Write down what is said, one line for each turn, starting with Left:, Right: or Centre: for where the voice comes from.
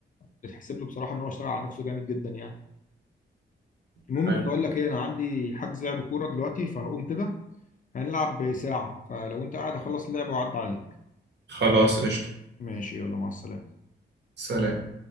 Left: تتحسب له بصراحه ان هو اشتغل على نفسه جامد جدا يعني المهم
Right: حقيقي.
Left: كنت اقول لك ايه انا عندي حجز لعب كوره دلوقتي فهقوم كده هنلعب ساعه فلو انت قاعد اخلص اللعب وعد عليك
Right: خلاص قشطه
Left: ماشي يلا مع السلامه
Right: سلام